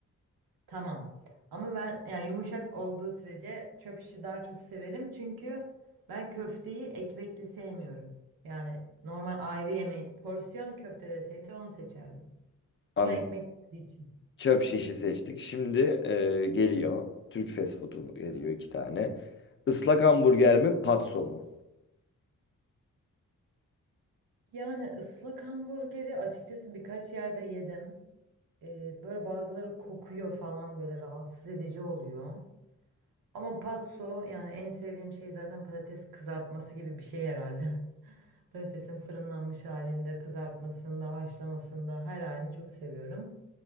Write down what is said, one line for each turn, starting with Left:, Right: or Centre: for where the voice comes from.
Right: Tamam. Ama ben yani yumuşak olduğu sürece çöp işi daha çok severim. Çünkü ben köfteyi ekmekli sevmiyorum. Yani normal ayrı yemeği porsiyon köfte deseydi onu seçerdim.
Left: An
Right: Ama ekmekli olduğu için.
Left: çöp şişi seçtik. Şimdi e, geliyor. Türk fast food'u geliyor iki tane. Islak hamburger mi, patso mu?
Right: Yani ıslak hamburgeri açıkçası birkaç yerde yedim. Ee, böyle bazıları kokuyor falan böyle rahatsız edici oluyor. Ama patso yani en sevdiğim şey zaten patates kızartması gibi bir şey herhalde. <laughs> Patatesin fırınlanmış halinde, kızartmasında, haşlamasında her halini çok seviyorum.